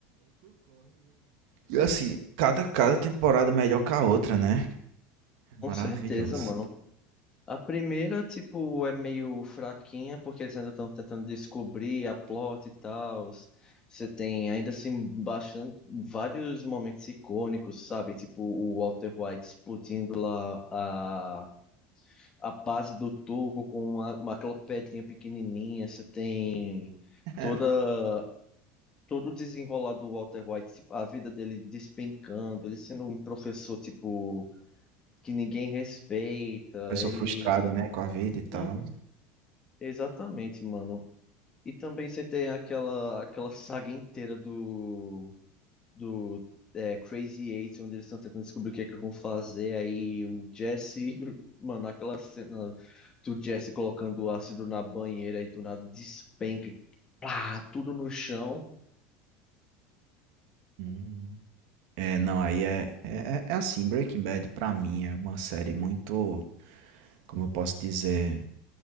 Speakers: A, on the right (about 65°); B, on the left (about 20°).
A: E assim, cada, cada temporada é melhor que a outra, né?
B: Com
A: Maravilhoso.
B: certeza, mano. A primeira, tipo, é meio fraquinha, porque eles ainda estão tentando descobrir a plot e tal. Você tem ainda assim bastante, vários momentos icônicos, sabe? Tipo, o Walter White explodindo lá a, a base do Tuco com uma, uma aquela pedrinha pequenininha. Você tem
A: <laughs>
B: toda, todo o desenrolar do Walter White, tipo, a vida dele despencando, ele sendo um professor, tipo, que ninguém respeita,
A: Pessoa
B: ele.
A: frustrada, né, com a vida e tal.
B: Uhum. Exatamente, mano. E também você tem aquela, aquela saga inteira do, do é, Crazy Eight, onde eles estão tentando descobrir o que é que vão fazer. Aí o Jesse, <laughs> mano, aquela cena do Jesse colocando o ácido na banheira e do nada despenca, e pá, tudo no chão.
A: Hum. É, não, aí é, é, é é assim, Breaking Bad pra mim é uma série muito, como eu posso dizer,